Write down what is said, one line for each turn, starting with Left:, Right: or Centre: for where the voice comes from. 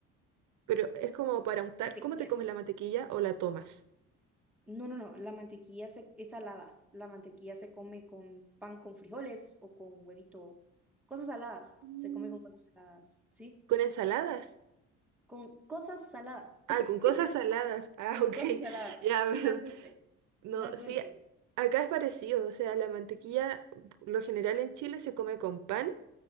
Right: Pero es como para untar,
Centre: Mantequilla.
Right: ¿cómo te comes la mantequilla o la tomas?
Centre: No, no, no, la mantequilla se, es salada. La mantequilla se come con pan con frijoles o con huevito. Cosas saladas,
Right: Mm,
Centre: se come con cosas saladas, ¿sí?
Right: ¿Con ensaladas?
Centre: Con cosas saladas.
Right: Ah,
Centre: <laughs>
Right: con cosas saladas. Ah,
Centre: Con
Right: <laughs> ok.
Centre: cosas saladas.
Right: Ya, perdón.
Centre: Sí, no es dulce.
Right: No,
Centre: No es
Right: sí,
Centre: dulce.
Right: acá es parecido. O sea, la mantequilla, lo general en Chile se come con pan